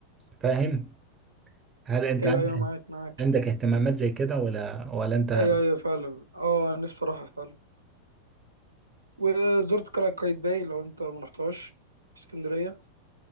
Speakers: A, on the right; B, on the right.
A: فاهم هل أنت
B: ايوه
A: عندك
B: ايوه معاك معاك
A: عندك اهتمامات زي كده ولا ولا أنت
B: ايوه ايوه فعلا اه نفسي اروحها فعلا وزرت قلعه قايتباي لو انت ما رحتهاش في اسكندريه